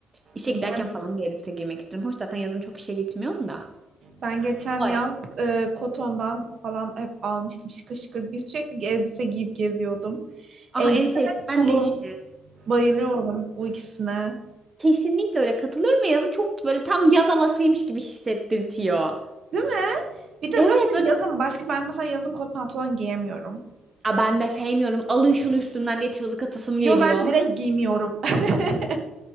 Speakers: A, on the right (about 25°); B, on the right (about 55°).
A: İşe
B: Ben
A: giderken falan bir elbise giymek istiyorum. Hoş zaten yazın çok işe gitmiyorum da.
B: Ben geçen
A: Vay.
B: yaz e, Koton'dan falan hep almıştım şıkır şıkır bir sürekli elbise giyip geziyordum.
A: Ah
B: Elbise
A: en sevdiğim
B: ve
A: ben
B: tulum.
A: değişti.
B: Bayılıyorum bu ikisine.
A: Kesinlikle öyle katılıyorum ve yazı çok böyle tam yaz havasıymış gibi hissettirtiyor.
B: Değil mi? Bir de
A: Evet
B: zaten
A: böyle
B: yazın başka ben mesela yazın kot pantolon giyemiyorum.
A: "Aa, ben de sevmiyorum alın şunu üstümden diye çığlık atasım
B: Yo
A: geliyor.
B: ben direkt giymiyorum. <laughs>